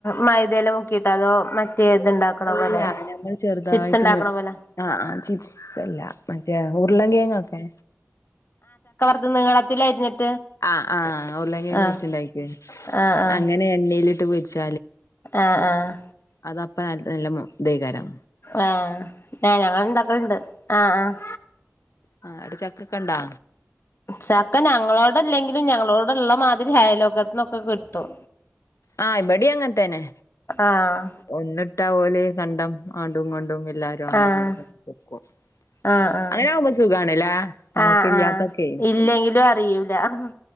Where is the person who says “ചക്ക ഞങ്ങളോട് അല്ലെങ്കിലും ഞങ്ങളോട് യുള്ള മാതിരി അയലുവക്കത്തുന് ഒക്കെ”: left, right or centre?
Left